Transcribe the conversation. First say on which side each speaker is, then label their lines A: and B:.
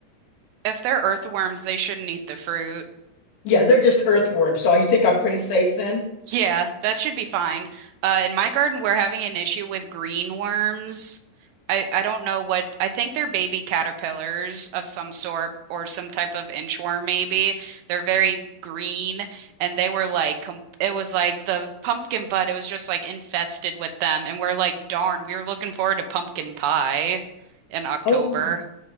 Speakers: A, on the right (about 80°); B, on the left (about 70°).
A: If they're earthworms, they shouldn't eat the fruit.
B: Yeah, they're just earthworms. So you think I'm pretty safe then?
A: Yeah, that should be fine. Uh, in my garden, we're having an issue with green worms. I, I don't know what, I think they're baby caterpillars of some sort or some type of inchworm, maybe. They're very green and they were like, com it was like the pumpkin bud, it was just like infested with them. And we're like, darn, we were looking forward to pumpkin pie in October.
B: Oh.